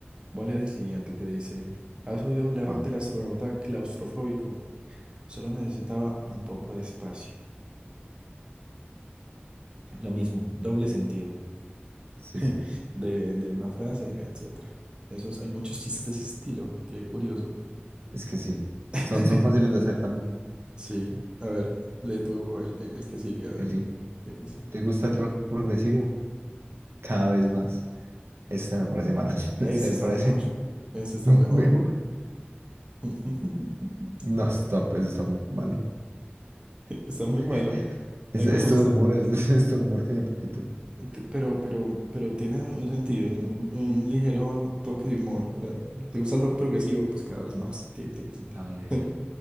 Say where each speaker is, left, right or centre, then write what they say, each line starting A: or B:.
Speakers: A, on the right; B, on the right.
A: Voy a leer el siguiente que dice, ¿has oído hablar
B: pa.
A: del astronauta claustrofóbico? Solo necesitaba un poco de espacio. Lo mismo, doble sentido
B: Sí,
A: <laughs>
B: sí.
A: de, de una frase, etcétera. Esos, hay muchos chistes de ese estilo, qué curioso.
B: Es que sí.
A: <laughs>
B: Son, son fáciles de hacer también.
A: Sí, a ver, lee tú el, el, el que sigue, a ver.
B: En fin,
A: ¿Qué dice?
B: ¿te gusta el rock progresivo? Cada vez más. Este me parece malo.
A: E-
B: <laughs>
A: Ese
B: Este
A: está
B: me parece
A: mejor. Ese está
B: <laughs>
A: mejor.
B: mejor.
A: <laughs>
B: No, stop, eso está muy malo.
A: Está muy
B: <laughs>
A: malo.
B: Es,
A: A mí me
B: es
A: gusta.
B: todo humor, es, <laughs> es todo humor tiene poquito.
A: Te- Pero, pero, pero tiene un sentido, un, un- un ligero toque de humor. La- ¿Te gusta el rock progresivo? Pues cada vez más tiene tiene, sentido.
B: A ver.
A: <laughs>